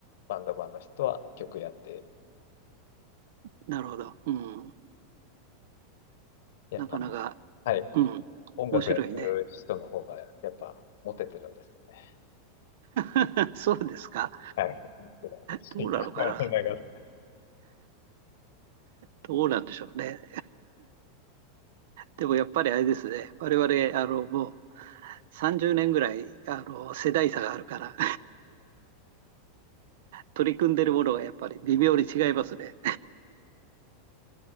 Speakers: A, on the left; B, on the right.
A: バンドマンの人は曲やって、
B: なるほど。うん。
A: やっぱ、
B: なかなか、
A: はい、
B: うん。
A: 音楽やってる人の方がやっぱモテてるんですよね。
B: 面白いね。<laughs> そうですか。
A: はい。楽しいなと思いながら。
B: どうなのかな。どうなんでしょうね。でもやっぱりあれですね。我々、あの、もう30年ぐらい、あの、世代差があるから、取り組んでるものがやっぱり微妙に違いますね。